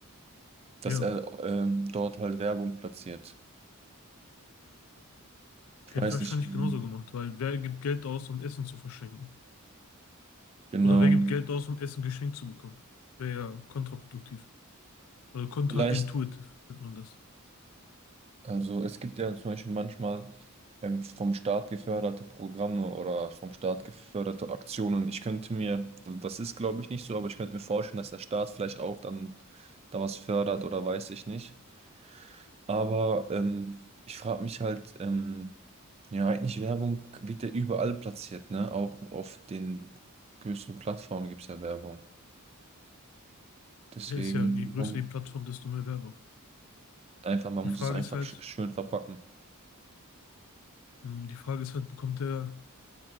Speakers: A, on the right; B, on the left.
A: dass
B: Ja,
A: er ähm, dort halt Werbung platziert. Ich
B: hätte
A: weiß
B: ich wahrscheinlich
A: nicht, wie,
B: genauso gemacht, weil wer gibt Geld aus, um Essen zu verschenken?
A: genau.
B: Oder wer gibt Geld aus, um Essen geschenkt zu bekommen? Wäre ja kontraproduktiv. Also kontraintuitiv
A: Vielleicht,
B: nennt man das.
A: also es gibt ja zum Beispiel manchmal ähm, vom Staat geförderte Programme oder vom Staat geförderte Aktionen. Ich könnte mir, also das ist glaube ich nicht so, aber ich könnte mir vorstellen, dass der Staat vielleicht auch dann da was fördert oder weiß ich nicht. Aber ähm, ich frage mich halt, ähm, ja, eigentlich Werbung wird ja überall platziert, ne? Auch auf den größten Plattformen gibt es ja Werbung. Deswegen,
B: Ja, ist ja, je größer
A: man-
B: die Plattform, desto mehr Werbung.
A: einfach, man
B: Die Frage
A: muss es einfach
B: ist halt,
A: sch schön verpacken.
B: mh, die Frage ist halt, bekommt er,